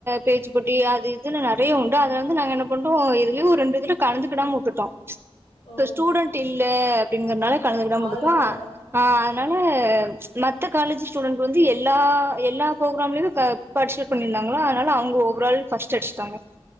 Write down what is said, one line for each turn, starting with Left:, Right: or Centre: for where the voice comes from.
Right: பேச் போட்டி
Left: ம்
Right: அது இதுல நெறைய உண்டு அதுல வந்து நாங்க என்ன பண்டோ எதுலயோ ஒரு ரெண்டு இதுல கலந்துக்கிடாம உட்டுட்டோ இப்ப
Left: ஓ
Right: ஸ்டூடண்ட் இல்ல அப்டிங்கறனால கலந்துக்கிடாம
Left: ஆள்
Right: உட்டுட்டோ
Left: இல்ல
Right: ஆ அதனா ல மத்த காலேஜ் ஸ்டூடெண்ட் வந்து எல்லா எல்லா புரோக்ராம்லயு ப பார்சிபேட் பண்ணியிருந்தாங்க அதனால அவங்க ஓவரால் ஃபர்ஸ்ட்டு அடிச்சட்டாங்க